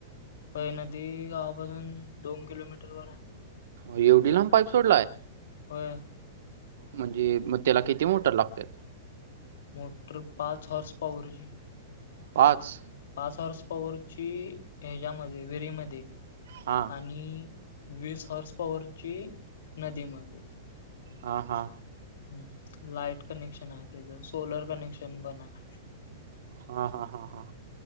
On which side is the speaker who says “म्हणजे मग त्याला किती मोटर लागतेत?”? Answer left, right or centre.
Right